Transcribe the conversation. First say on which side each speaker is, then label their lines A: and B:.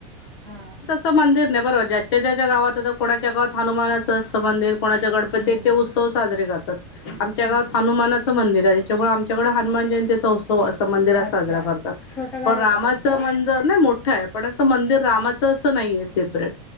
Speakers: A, in the centre; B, on the left.
A: हा
B: तो मंदिर नाय, बरोबरं, ज्याच्या ज्याच्या गावात, आता कोणाच्या गावात हनुमानाचं असत मंदिर कोणाचा गणपती
A: हम्म
B: येत ते उत्सव साजरे करतात. आमच्या
A: हम्म
B: गावात हनुमानाच मंदिर ये. त्याच्यामुळे आमच्याकडे हनुमान जयंतीचा उत्सव असं मंदिरात
A: अच्छा.
B: साजरा करतात.
A: छोटं गाव
B: पण
A: आहे
B: रामाचं
A: का तुमचं?
B: मजर नाय मोठं आय., पण असं मंदिर रामा चं अस नाहीये सेपरेट,
A: हं, हं.